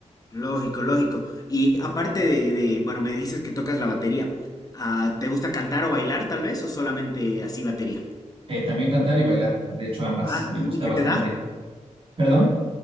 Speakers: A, on the left; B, on the right.
A: Lógico, lógico. Y aparte de, de, bueno, me dices que tocas la batería. Ah, ¿te gusta cantar o bailar tal vez? ¿O solamente así batería?
B: Eh, también cantar y bailar, de hecho ambas,
A: Ah,
B: me
A: ¿y
B: gusta
A: y se
B: bastante.
A: te da?
B: ¿Perdón?